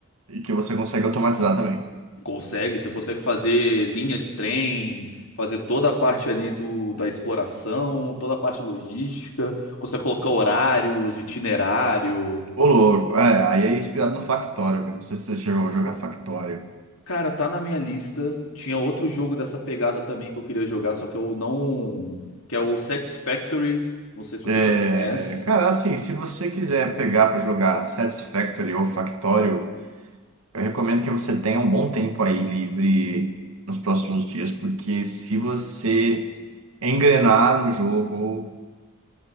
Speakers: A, on the right; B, on the left.
A: e que você consegue automatizar também.
B: Consegue, você consegue fazer linha de trem, fazer toda a parte ali do, da exploração, toda a parte logística, consegue colocar horários, itinerário.
A: Ô, louco. É, aí é inspirado no Factório mesmo. Não sei se você chegou a jogar Factório.
B: Cara, tá na minha lista. Tinha outro jogo dessa pegada também que eu queria jogar, só que eu não. Que é o Satisfactory. Não sei se você
A: É,
B: também conhece.
A: cara, assim, se você quiser pegar pra jogar Satisfactory ou Factório Eu recomendo que você tenha um bom tempo aí livre nos próximos dias, porque se você engrenar no jogo,